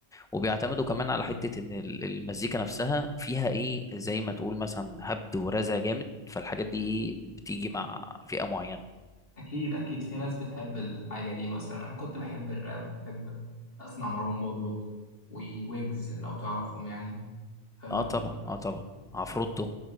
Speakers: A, in the centre; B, on the left.
A: وبيعتمدوا كمان على حته ان ال- المزيكا نفسها فيها ايه زي ما تقول مثلا هبد ورزع جامد فالحاجات دي ايه بتيجي مع فئه معينه
B: اكيد اكيد في ناس بتحب الحاجه دي مثلا انا كنت بحب الراب بحب اسمع مروان بابلو وويجز لو تعرفهم يعني آه،
A: اه طبعا
B: دول
A: اه طبعا عفروتو